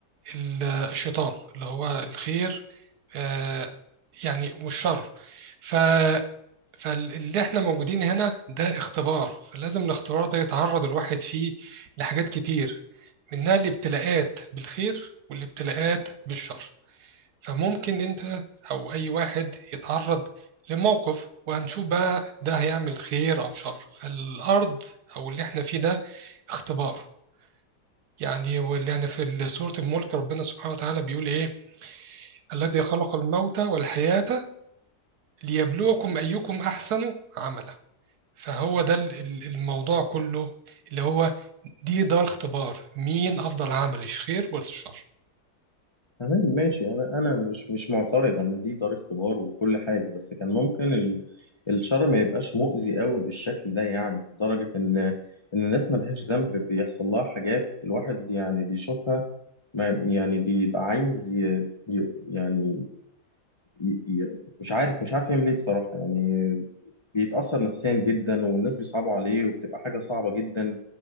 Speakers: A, on the right; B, on the left.
A: ال- الشيطان اللي هو الخير آه، يعني والشر ف فاللي احنا موجودين هنا ده اختبار فلازم الاختبار ده يتعرض الواحد فيه لحاجات كتير منها الابتلاءات بالخير والابتلاءات بالشر فممكن انت او اي واحد يتعرض لموقف وهنشوف بقى ده هيعمل خير او شر فالارض او اللي احنا فيه ده اختبار يعني واللي يعني في سورة الملك ربنا سبحانه وتعالى بيقول ايه الذي خلق الموت والحياة ليبلوكم ايكم احسن عملا فهو ده ال- ال- الموضوع كله اللي هو دي دار اختبار مين افضل عمل الخير ولا الشر
B: تمام ماشي انا انا مش مش معترض ان دي دار اختبار وكل حاجه بس كان ممكن ال- الشر ما يبقاش مؤذي قوي بالشكل ده يعني لدرجه ان ان الناس ملهاش ذنب بيحصل لها حاجات الواحد يعني بيشوفها ما يعني بيبقى عايز ي... ي... يعني ي... ي... مش عارف مش عارف يعمل ايه بصراحه يعني بيتاثر نفسيا جدا والناس بيصعبوا عليه وبتبقى حاجه صعبه جدا